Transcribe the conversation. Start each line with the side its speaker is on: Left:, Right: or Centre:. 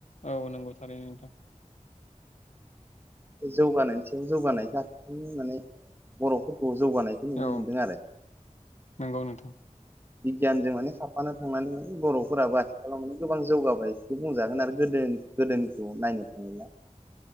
Left: औ नंगौथारै नोंथां।
Right: बे जौगानायनि सायाव जौगानायखौनो माने बर'फोरखौ जौगानायखौ नुनो
Left: औ
Right: मोनदों आरो।
Left: नंगौ नोंथां
Right: बिगियानजों माने खारफानो थांनानै माने बर'फोराबो आथिखालाव माने गोबां जौगाबाय बिखौ बुंजागोन आरो गोदो गोदोनिखौ नायनो थाङोब्ला